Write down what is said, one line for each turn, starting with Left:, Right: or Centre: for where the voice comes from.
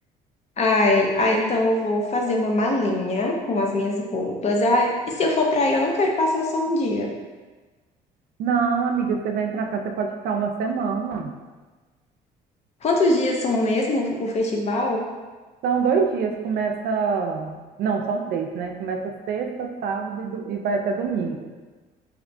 Left: Ai, ai, então eu vou fazer uma malinha com as minhas roupas. Ai, e se eu for para aí, eu não quero passar só um dia.
Right: Não, amiga, você vem pra cá, você pode ficar uma semana.
Left: Quantos dias são mesmo o festival?
Right: São dois dias, começa. Não, são três, né? Começa sexta, sábado e, do- e vai até domingo.